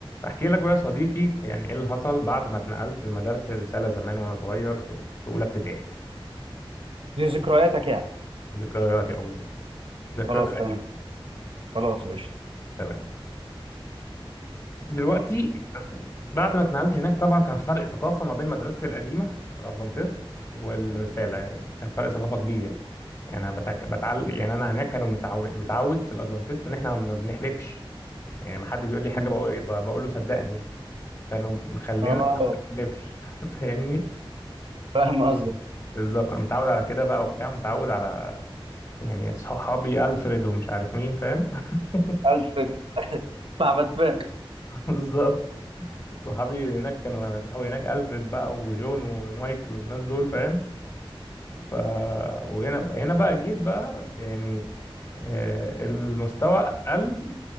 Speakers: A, on the left; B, on the right.
A: احكي لك بقى يا صديقي يعني ايه اللي حصل بعد ما اتنقلت لمدارس الرساله زمان وانا صغير في اولى ابتدائي
B: دي ذكرياتك يعني
A: ذكرياتي او بالظبط ذكرياتي
B: خلاص
A: القديمه
B: تمام خلاص قشطة
A: تمام دلوقتي بعد ما اتنقلت هناك طبعا كان فرق ثقافه ما بين مدرستي القديمه الادفانتست والرساله يعني كان فرق ثقافه كبير يعني يعني انا بتك... بتعل... يعني انا هناك كانوا متعود متعود في الادفانتست ان احنا ما بنحلفش يعني ما حد بيقول لي حاجه
B: مم.
A: بقول, بقول له صدقني كانوا مخلينا
B: اه
A: ما نحلفش <laughs> فاهمني
B: فاهم قصدك
A: بالظبط انا متعود على كده بقى وبتاع متعود على يعني صحابي ألفريد ومش عارف مين فاهم <laughs>
B: الفريد <laughs> بتاع باتمان
A: بالظبط صحابي هناك كانوا صحابي هناك ألفريد بقى وجون ومايكل والناس دول فاهم ف وهنا هنا بقى جيت بقى يعني آه، المستوى قل